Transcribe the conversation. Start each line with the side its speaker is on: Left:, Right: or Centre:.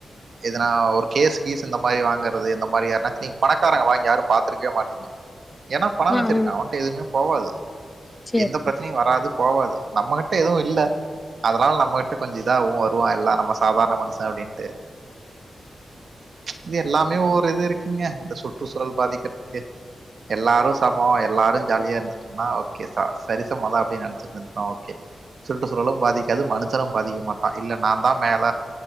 Right: எதனா ஒரு கேஸ் கீஸ் இந்த மாரி வாங்கறது இந்த மாரி யாருனாச்ச நீங்க பணக்காரங்க வாங்கி யாரு பாத்துரக்கவே மாட்டீங் ஏன்னா பணொ
Left: ஆ
Right: வச்சிருக்கா
Left: ஆ
Right: அவன்ட்ட எதுவுமே போவாது
Left: சேரி
Right: எந்த பிரச்ச வராது போவாது நம்மகிட்ட எதுவு இல்ல அதனால நம்மகிட்ட கொஞ்சோ இதாவு வருவா எல்லா நம்ம சாதாரண மனுஷ அப்டீன்ட்டு இது எல்லாமே ஒரு இது இருக்குங்க இந்த சுற்றுச்சூழல் பாதிக்கிறதுக்கு எல்லாரு சமோ எல்லாரு ஜாலியா இருந்துட்டோனா ஓகே சா சரி <unintelligible> நெனச்சிருந்திருக்கலாம் ஓகே சுற்றுச்சூழலு பாதிக்காது மனுஷனு பாதிக்க மாட்டா இல்ல நான் தான் மேல